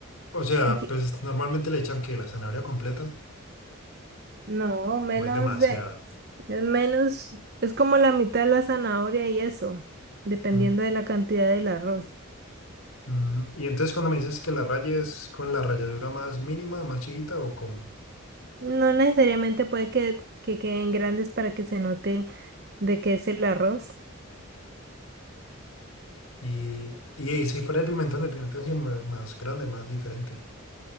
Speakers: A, on the left; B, on the right.
A: O sea,
B: Así que-
A: pues normalmente le echan que la zanahoria completa
B: No, menos
A: o es demasiada.
B: de, es menos, es como la mitad de la zanahoria y eso, dependiendo
A: Mm,
B: de la cantidad del arroz.
A: mm. Y entonces cuando me dices que la raya es con la ralladura más mínima, más chiquita o con...
B: No necesariamente puede que, que queden grandes para que se note de qué es el arroz.
A: Y, y si fuera el pimentón, el pimentón sí ma- más grande, más diferente.